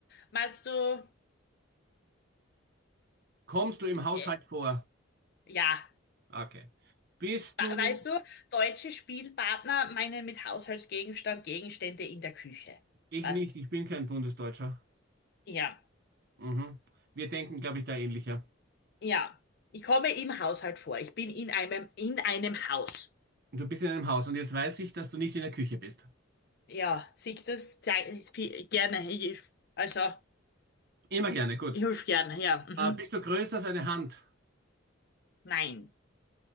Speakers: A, on the left (about 50°); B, on the right (about 50°).
A: meinst du...
B: Kommst du im Haushalt
A: äh,
B: vor?
A: Ja.
B: Okay. Bist
A: We-
B: du?
A: Weißt du, deutsche Spielpartner meinen mit Haushaltsgegenstand Gegenstände in der Küche.
B: Ich
A: Weißt?
B: nicht, ich bin kein Bundesdeutscher.
A: Ja,
B: Mhm. Wir denken, glaube ich, da ähnlicher.
A: ja. Ich komme im Haushalt vor. Ich bin in einem, in einem Haus.
B: Du bist in einem Haus und jetzt weiß ich, dass du nicht in der Küche bist.
A: Ja, sieht das zei- viel- gerne. Ich, also,
B: Immer gerne, gut.
A: ich helfe gerne, ja. Mhm.
B: Ah, bist du größer als eine Hand?
A: Nein.